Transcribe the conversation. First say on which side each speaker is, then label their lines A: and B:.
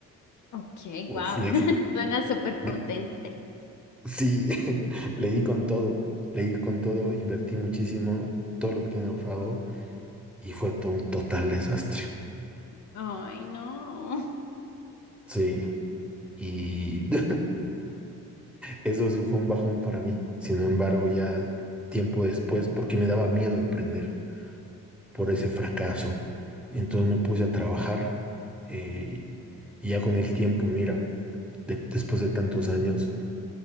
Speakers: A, on the left (about 55°); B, in the centre.
A: Ok,
B: Uf,
A: wow,
B: le,
A: <laughs> suena súper
B: le-
A: potente.
B: sí, <laughs> le di con todo, le di con todo, invertí muchísimo, todo lo que tenía ahorrado y fue todo un total desastre.
A: Ay, no.
B: Sí. Y <laughs> eso sí fue un bajón para mí. Sin embargo, ya tiempo después, porque me daba miedo emprender por ese fracaso, entonces me puse a trabajar. eh, y ya con el tiempo, mira, de- después de tantos años,